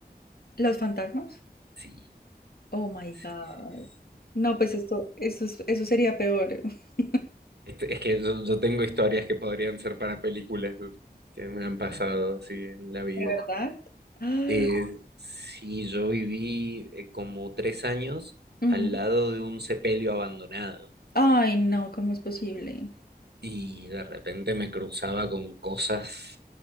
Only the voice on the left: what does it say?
¿Los fantasmas?
Oh my
God.
No, pues esto, eso, es- eso sería peor, <laughs>
¿de verdad? Ah,
ujú.
Ay, no, ¿cómo es posible?